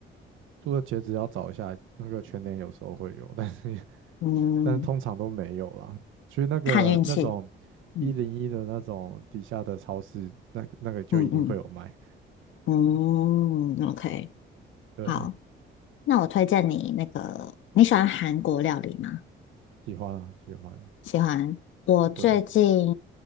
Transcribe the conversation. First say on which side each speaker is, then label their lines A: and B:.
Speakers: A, on the right (about 85°); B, on the left (about 75°).
A: 做的茄子要找一下，那个全年有时候会有，<laughs> 但是
B: 嗯，
A: 但是通常都没有啦。去那个那种一零一的那种底下的超市，
B: 看运气。嗯
A: 那个那个就一定会有卖。
B: 嗯嗯嗯，OK，
A: 对，
B: 好，那我推荐你那个，你喜欢韩国料理吗？
A: 喜欢啊，喜欢。
B: 喜欢。我最近
A: 对，